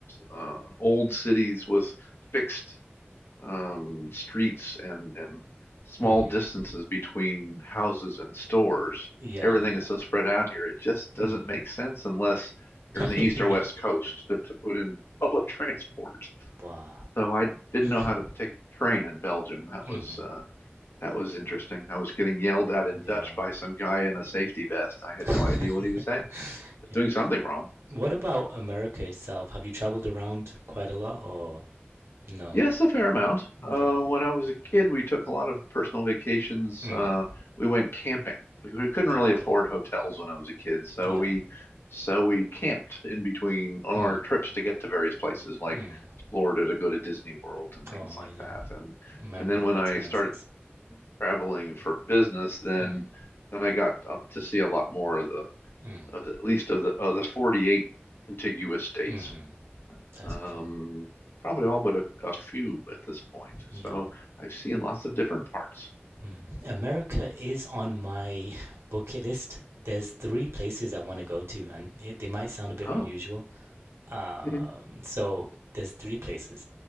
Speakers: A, on the left; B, on the right.
A: uh, old cities with fixed um, streets and and small
B: hmm
A: distances between houses and stores.
B: Yeah,
A: Everything
B: yeah.
A: is so spread out here. It just doesn't
B: Mm.
A: make sense unless you're on the
B: <laughs>
A: east
B: yeah.
A: or west coast to, to put in <laughs> public transport.
B: Wow.
A: So I didn't
B: Mm.
A: know how to take a train in Belgium. That
B: hmm
A: was uh, that was interesting. I was getting yelled at in
B: Yeah.
A: Dutch by some guy in a safety vest. I had
B: <laughs>
A: no idea what he was saying. I was
B: yeah.
A: doing something wrong.
B: What about America itself? Have you traveled around quite a lot or no?
A: Yes, a fair amount.
B: Yeah.
A: Uh, when I was a kid, we took a lot of personal vacations.
B: Mm.
A: Uh, we went camping. We, we couldn't
B: Oh,
A: really
B: cool.
A: afford hotels when I was a kid, so
B: Yeah.
A: we so we camped in between on
B: Mm.
A: our trips to get to various places like
B: Mm.
A: Florida to go to Disney World and things
B: Oh, amazing.
A: like that. And
B: Memorable
A: and then when
B: experiences.
A: I started traveling for business, then
B: Mm.
A: then I got up to see a lot more of the
B: Mm.
A: of the, at least of the of the 48 contiguous states
B: hmm That's
A: um,
B: cool.
A: probably all but a, a few at this point.
B: Yeah.
A: So I've seen lots of different parts.
B: Mm. America is on my bucket list. There's three places I want to go to, and it, they might sound a bit
A: Oh,
B: unusual, Um,
A: Mhm.
B: so there's three places.